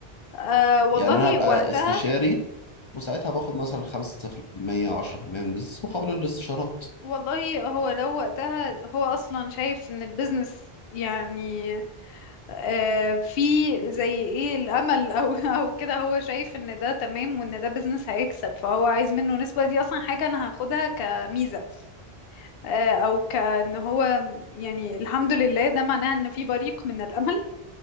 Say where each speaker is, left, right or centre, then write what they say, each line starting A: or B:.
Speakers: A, on the left; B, on the left.
A: أه والله
B: يعني انا ابقى
A: وقتها
B: استشاري وساعتها باخد مثلا 5% او 10% من البيزنس مقابل الاستشارات
A: والله هو لو وقتها هو اصلا شايف ان البيزنس يعني آه، في زي ايه الامل او <laughs> او كده هو شايف ان ده تمام وان ده بيزنس هيكسب فهو عايز منه نسبة دي اصلا حاجة انا هاخدها كميزة آه، او كان هو يعني الحمد لله ده معناه ان في بريق من الامل